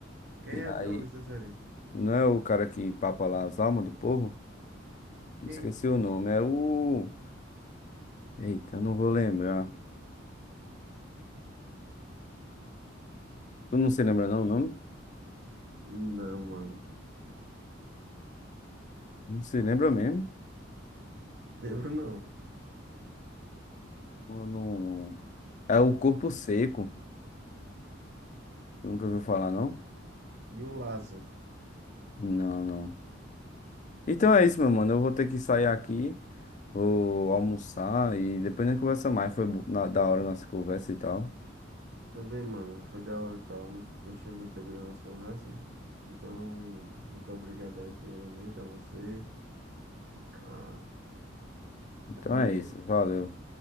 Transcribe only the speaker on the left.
E
aí,
não é o cara que papa lá as almas do povo?
Esqueci o nome, é o... Eita, eu não vou lembrar. Tu não se lembra não o nome?
Não se lembra mesmo?
Ou Não, não... É o Corpo Seco, Tu nunca ouviu falar não?
Não, não. Então é isso, meu mano, eu vou ter que sair aqui. Vou almoçar e depois a gente conversa mais. Foi bo- na- da hora a nossa conversa e tal.
Então
é isso.
Valeu.